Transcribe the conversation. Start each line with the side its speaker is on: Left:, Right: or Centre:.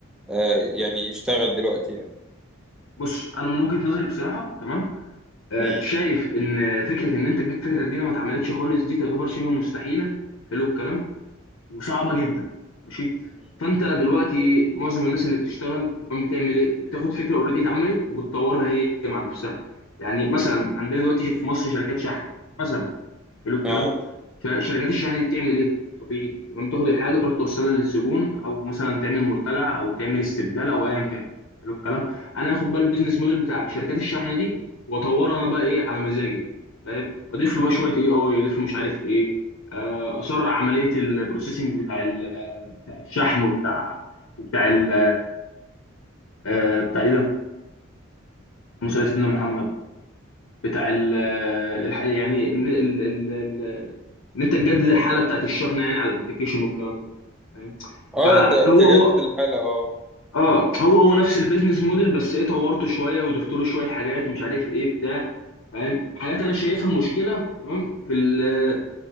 Centre: آه، يعني يشتغل دلوقتي يعني
Left: بص انا من وجهه نظري بصراحه تمام آه،
Centre: مم.
Left: شايف ان فكره ان انت تجيب فكره جديده ما اتعملتش خالص دي تعتبر شبه مستحيله حلو الكلام وصعبه جدا ماشي
Centre: مم.
Left: فانت دلوقتي معظم الناس اللي بتشتغل كمان بتعمل ايه بتاخد فكره اوريدي اتعملت وبتطورها هي مع نفسها يعني مثلا عندنا دلوقتي في مصر شركات شحن مثلا حلو الكلام
Centre: اه
Left: فشركات الشحن دي بتعمل ايه؟ طبيعي تمام تاخد الحاجه تروح توصلها للزبون او مثلا تعمل مرتجع او تعمل استبدال او ايا كان حلو الكلام انا هاخد بقى البيزنس موديل بتاع شركات الشحن دي واطوره انا بقى ايه على مزاجي فاهم اضيف له بقى شويه اي اي اضيف له مش عارف ايه آه، اسرع عمليه البروسيسنج بتاع ال- بتاع الشحن وبتاع وبتاع ال آه، بتاع ايه ده؟ اللهم صل على سيدنا محمد بتاع ال آه، الح- يعني ان انت تجدد الحاله بتاعت الشحنه يعني على الابلكيشن والكلام ده فاهم
Centre: اه
Left: فهو
Centre: ت- تجدد
Left: هو
Centre: الحالة اه
Left: اه هو هو نفس البيزنس موديل بس ايه طورته شويه وضفت له شويه حاجات مش عارف ايه بتاع فاهم حاجات انا شايفها مشكله تمام في ال-